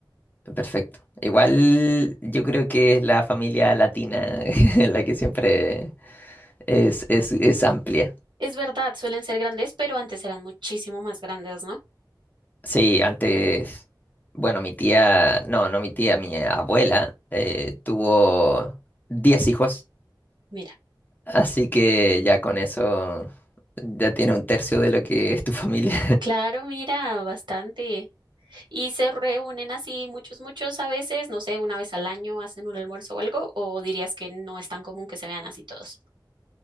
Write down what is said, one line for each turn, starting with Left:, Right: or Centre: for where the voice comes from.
Left: Perfecto. Igual yo creo que es la familia latina <laughs> la que siempre es, es, es amplia.
Right: Es verdad, suelen ser grandes, pero antes eran muchísimo más grandes, ¿no?
Left: Sí, antes, bueno, mi tía, no, no mi tía, mi abuela eh, tuvo 10 hijos,
Right: Mira,
Left: así que ya con eso ya tiene un tercio de lo que es tu <laughs> familia.
Right: claro, mira, bastante. Y se reúnen así muchos, muchos a veces, no sé, una vez al año hacen un almuerzo o algo, o dirías que no es tan común que se vean así todos.